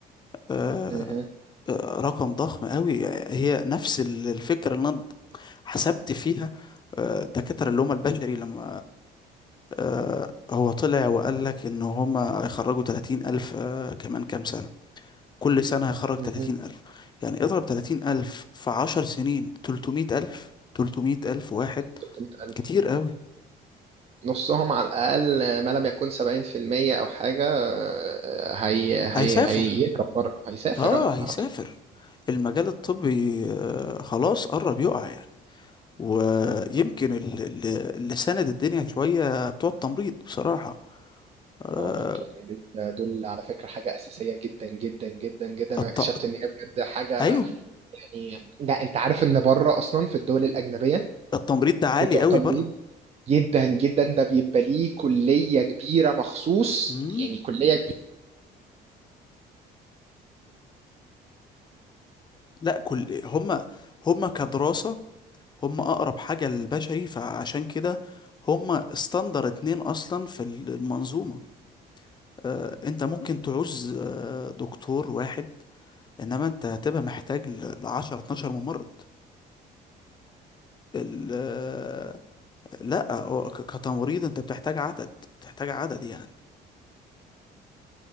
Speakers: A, on the left; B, on the right.
A: آه،
B: مهم.
A: آه، رقم ضخم قوي هي نفس ال- الفكرة اللي انا حسبت فيها آه، دكاترة اللي هم البشري لما آه، هو طلع وقال لك ان هم هيخرجوا 30 ألف آه، كمان كام سنة كل سنة هيخرج
B: مهم.
A: 30 ألف يعني اضرب 30 ألف في 10 سنين 300 ألف 300 ألف واحد
B: 300,000
A: كتير قوي
B: نصهم على الأقل ما لم يكن 70% أو حاجة آه، هي هي
A: هيسافر
B: هيهرب بره هيسافر
A: اه
B: اه
A: هيسافر
B: على طول
A: المجال الطبي آه، خلاص قرب يقع يعني ويمكن ال- ال- اللي ساند الدنيا شوية بتوع التمريض بصراحة آه،
B: اه لا بتوع التمريض دول على فكرة حاجة أساسية جدا جدا جدا جدا أنا
A: الت...
B: اكتشفت إن هي بجد حاجة
A: أيوه
B: يعني ده انت عارف ان بره اصلا في الدول الاجنبيه
A: التمريض ده عالي
B: بتوع
A: قوي
B: تمريض
A: بره
B: جدا جدا ده بيبقى ليه كليه كبيره مخصوص
A: مم.
B: يعني كليه كبيره
A: لا كل هما هما كدراسة هما أقرب حاجة للبشري فعشان كده هما استندر اتنين أصلا في ال- المنظومة آه، أنت ممكن تعوز آه، دكتور واحد إنما أنت هتبقى محتاج ل 10 12 ممرض ال- لا هو ك- كتمريض انت بتحتاج عدد بتحتاج عدد يعني